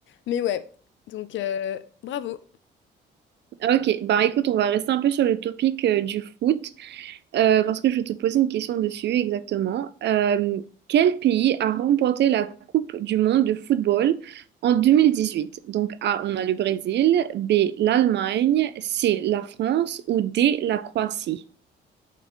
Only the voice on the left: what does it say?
Mais ouais, donc, euh, bravo.